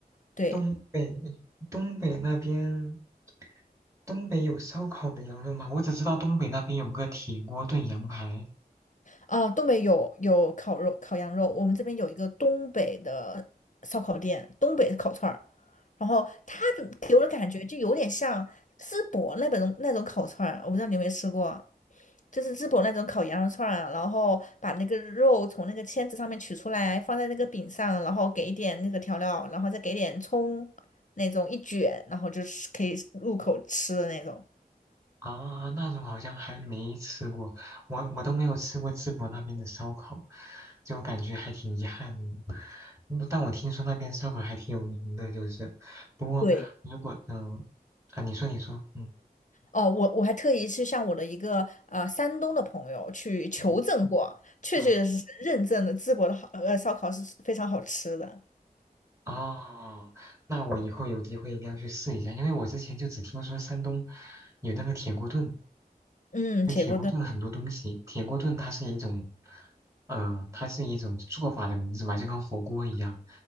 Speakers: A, on the left (about 50°); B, on the right (about 20°).
A: 对，
B: 东北东北那边东北有烧烤的羊肉吗？我只知道东北那边有个铁锅炖羊排。
A: 啊，东北有有烤肉、烤羊肉，我们这边有一个东北的烧烤店，东北烤串儿，然后它的给我的感觉就有点像淄博那种那种烤串儿，我不知道你有没有吃过，就是淄博那种烤羊肉串儿啊，然后把那个肉从那个签子上面取出来，放在那个饼上，然后给一点那个调料，然后再给点葱，那种一卷，然后就是可以入口吃的那种。
B: 啊，那种好像还没吃过，我我都没有吃过淄博那边的烧烤，就感觉还挺遗憾的。嗯但我听说那边烧烤还挺有名的，就是，不过如果嗯、
A: 对，
B: 啊，你说你说，嗯
A: 哦，我我还特意去向我的一个呃山东的朋友去求证过，
B: 嗯
A: 确确实实认证了淄博的好呃烧烤是非常好吃的。
B: 啊。哦，那我以后有机会一定要去试一下，因为我之前就只听说山东有那个铁锅炖，
A: 嗯，
B: 就铁锅炖很多东西。
A: 铁锅炖
B: 铁锅炖它是一种，呃，它是一种做法的名字嘛，就跟火锅一样。